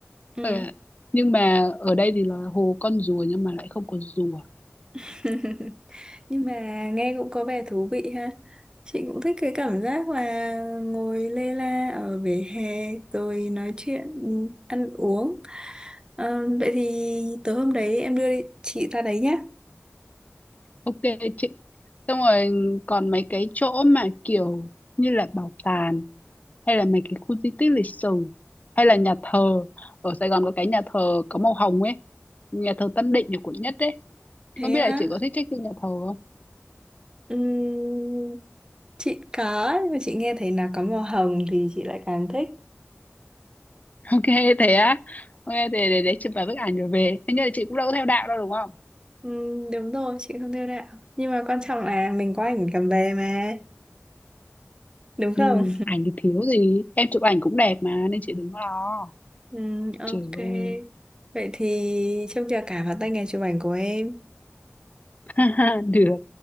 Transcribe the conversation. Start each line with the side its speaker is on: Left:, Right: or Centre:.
Right: ừ
Left: Ờ, nhưng mà ở đây thì là hồ con rùa nhưng mà lại không có rùa
Right: <laughs> Nhưng mà nghe cũng có vẻ thú vị ha. Chị cũng thích cái cảm giác là ngồi lê la ở vỉa hè rồi nói chuyện, ừ, ăn uống. Ờ, vậy thì tối hôm đấy em đưa chị ra đấy nhé.
Left: ok chị xong rồi còn mấy cái chỗ mà kiểu như là bảo tàng hay là mấy cái khu di tích lịch sử hay là nhà thờ ở Sài Gòn có cái nhà thờ có màu hồng ấy nhà thờ Tân Định ở quận Nhất đấy
Right: Thế
Left: không biết
Right: á,
Left: là chị có thích check in nhà thờ không
Right: ừm, chị có, nhưng mà chị nghe thấy là có màu hồng thì chị lại càng thích.
Left: <laughs> ok thế á ok thế để để chụp vài bức ảnh rồi về thế nhưng là chị cũng đâu có theo đạo đâu đúng không
Right: Ừm, đúng rồi, chị không đưa đạo. Nhưng mà quan trọng là mình có ảnh cầm về mà, đúng không?
Left: ừ, ảnh thì thiếu gì em chụp ảnh cũng đẹp mà nên chị đừng lo
Right: Ừ, ok.
Left: trời ơi
Right: Vậy thì trông chờ cả vào tay nghề chụp ảnh của em.
Left: <laughs> được